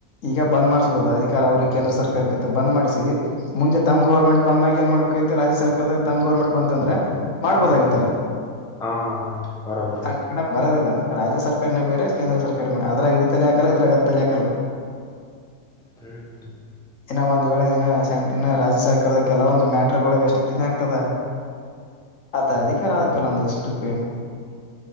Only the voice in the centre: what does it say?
ಹಾ ಹಾ ಬರಬರ
ಹ್ಮ್ ಹ್ಮ್